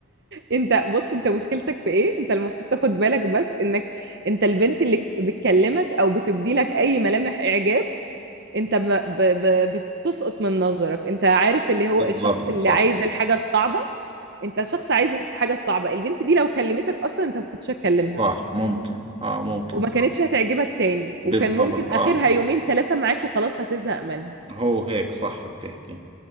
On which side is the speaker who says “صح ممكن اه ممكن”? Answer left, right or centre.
Right